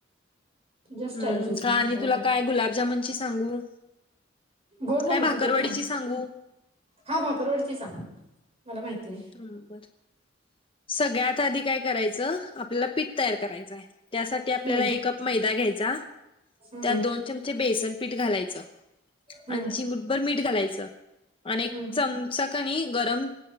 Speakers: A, on the right; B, on the left.
A: तुझ्या स्टाईलची
B: हमं
A: सांग.
B: का आणि
A: अवघड
B: तुला काय गुलाबजामुनची सांगू?
A: गोड
B: काय
A: नको
B: भाकरवाडीची
A: तिखट सांग,
B: सांगू
A: हा भाकरवडीची सांग मला माहितेय.
B: हमं बर सगळ्यात आधी काय करायचं आपल्याला पीठ तयार करायचंय त्यासाठी आपल्याला
A: हं,
B: एक कप, मैदा घ्यायचा.
A: हं,
B: त्यात दोन चमचे बेसन पीठ घालायचं,
A: हं,
B: आन चिमूटभर मीठ घालायचं. आणि एक
A: हं,
B: चमचा कानी गरम,